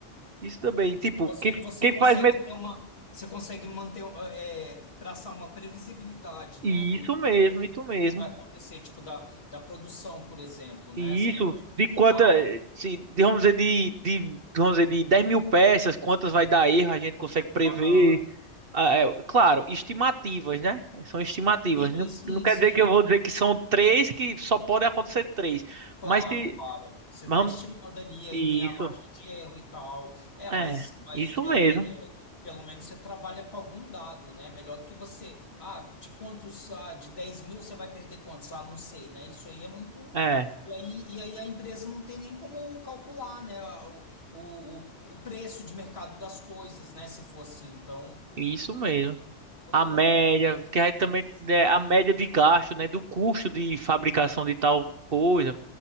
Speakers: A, on the right; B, on the left.
A: Isso também. Tipo,
B: Você,
A: quem,
B: você
A: quem
B: consegue
A: faz. met-
B: ter uma. Você consegue manter, é, traçar uma previsibilidade, né?
A: Isso
B: Do, do que,
A: mesmo,
B: do que,
A: isso mesmo.
B: do que vai acontecer, tipo, da, da produção, por exemplo, né?
A: E
B: Você
A: isso,
B: pode.
A: de quanta,
B: Ah, ó,
A: se, de- vamos dizer, de, de, vamos dizer, de dez mil peças, quantas vai dar erro, a gente consegue prever.
B: aham.
A: Ah, é, claro, estimativas, né? São estimativas.
B: Sim,
A: Não,
B: sim,
A: não quer
B: sim.
A: dizer que eu vou dizer que são três, que só podem acontecer três.
B: Claro,
A: Mas se.
B: claro. Você
A: Mas
B: está
A: Vamos,
B: estimando ali, aí
A: isso,
B: tem a margem de erro e tal. É, mas,
A: é,
B: mas
A: isso
B: é,
A: mesmo.
B: é, pelo menos você trabalha com algum dado, né? Melhor do que você. Ah, de quantos, ah, de 10 mil você vai perder quantos? Ah, não sei, né? Isso aí é muito.
A: É,
B: E aí, e aí a empresa não tem nem como calcular, né? O, o, o o preço de mercado das coisas, né? Se for assim. Então,
A: isso
B: ah,
A: mesmo.
B: pô,
A: A
B: legal.
A: média, que aí também
B: Sim,
A: é, a média de gasto, né? Do custo de fabricação de tal coisa,